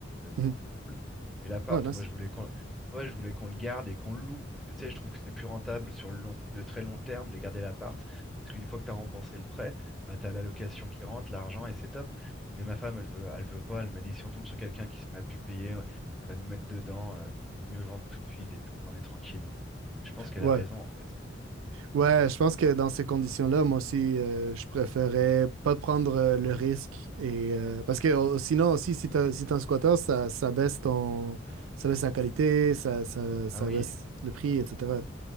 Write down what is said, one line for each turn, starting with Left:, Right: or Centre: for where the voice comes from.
Centre: euh, c'est
Right: Mhm.
Centre: plutôt cool. Et l'appart,
Right: Ah, nice.
Centre: moi je voulais qu'on, tu vois, je voulais qu'on le garde et qu'on le loue. Parce que tu sais, je trouve que c'est plus rentable sur le long- le très long terme de garder l'appart. Parce qu'une fois que tu as remboursé le prêt, bah, tu as la location qui rentre, l'argent et c'est top. Mais ma femme, elle veut, elle veut pas. Elle m'a dit si on tombe sur quelqu'un qui se met à plus payer, ouais, ça va nous mettre dedans. euh, vaut vaut mieux vendre tout de suite et puis au moins on est tranquille. hein. Et je pense qu'elle
Right: Ouais.
Centre: a raison en fait.
Right: Ouais, je pense que dans ces conditions-là, moi aussi, euh, je préférais pas prendre euh, le risque. Et, euh, parce que euh, sinon aussi, si t'as, si t'es un squatter, ça, ça baisse ton, ça baisse la qualité, ça, ça, ça
Centre: Ah oui.
Right: baisse
Centre: euh,
Right: le prix, etc.